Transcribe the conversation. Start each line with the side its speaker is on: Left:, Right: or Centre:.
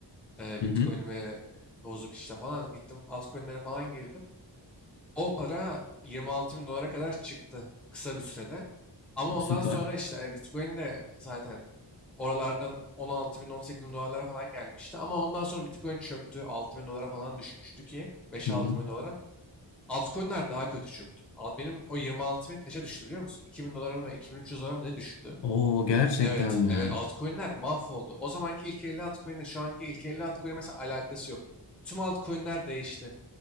Centre: E,
Left: <laughs> Hı
Centre: Bitcoin'imi
Left: hı,
Centre: e, bozup işte falan gittim. Altcoin'lere falan girdim. O para 26 bin dolara kadar çıktı kısa bir sürede. Ama ondan
Left: süper.
Centre: sonra işte e, Bitcoin de zaten oralardan 16 bin 18 bin dolarlara falan gelmişti. Ama ondan sonra Bitcoin çöktü. 6 bin dolara falan düşmüştü ki 5-6
Left: Hı hı.
Centre: bin dolara. Altcoin'ler daha kötü çöktü. Al- Benim o 26 bin kaça düştü biliyor musun? 2 bin dolara mı 2300 dolara mı ne düştü?
Left: Oo gerçekten
Centre: Evet,
Left: mi?
Centre: evet altcoin'ler mahvoldu. O zamanki ilk 50 altcoin'le şu anki ilk 50 altcoin'in mesela alakası yok. Tüm altcoin'ler değişti.